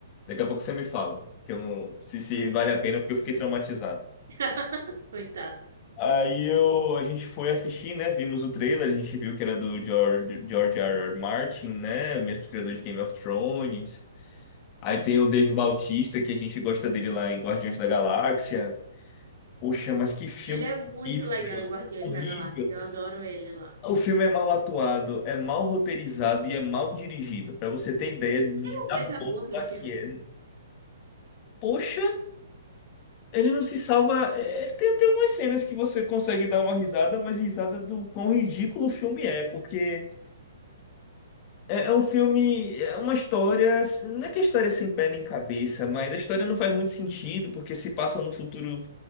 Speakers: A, on the left; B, on the right.
A: daqui a pouco você me fala, que eu não, se, se vale a pena, porque eu fiquei traumatizado.
B: <laughs> Coitado.
A: Aí eu, a gente foi assistir, né? Vimos o trailer, a gente viu que era do George, George R. R. Martin, né? Mesmo criador de Game of Thrones. Aí tem o Dave Bautista, que a gente gosta dele lá em Guardiões da Galáxia. Poxa, mas que filme
B: Ele é muito
A: horrível!
B: legal em Guardiões
A: Horrível!
B: da Galáxia. Eu adoro ele lá.
A: O filme é mal atuado, é mal roteirizado e é mal dirigido, Pra você ter ideia de-
B: Tem uma
A: da
B: coisa
A: bomba
B: boa no filme.
A: que é. Poxa, ele não se salva. é, tem, tem algumas cenas que você consegue dar uma risada, mas risada do quão ridículo o filme é, porque é, é um filme, é uma história. Não é que a história é sem pé nem cabeça, mas a história não faz muito sentido, porque se passa num futuro